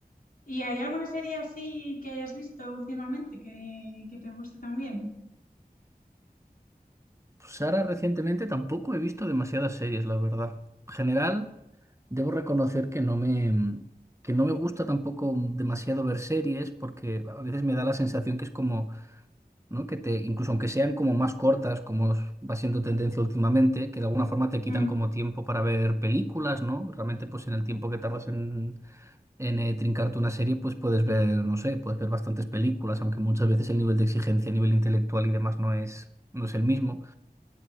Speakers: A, on the left (about 65°); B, on the right (about 20°).
A: ¿Y hay alguna serie así que hayas visto últimamente que, que te guste también?
B: Pues ahora recientemente tampoco he visto demasiadas series, la verdad. En general, debo reconocer que no me, que no me gusta tampoco demasiado ver series porque a veces me da la sensación que es como ¿no? Que te, incluso aunque sean como más cortas, como es- va siendo tendencia últimamente, que de alguna forma te quitan
A: Mm.
B: como tiempo para ver películas, ¿no? Realmente, pues en el tiempo que tardas en, en eh, trincarte una serie, pues puedes ver, no sé, puedes ver bastantes películas, aunque muchas veces el nivel de exigencia a nivel intelectual y demás no es, no es el mismo.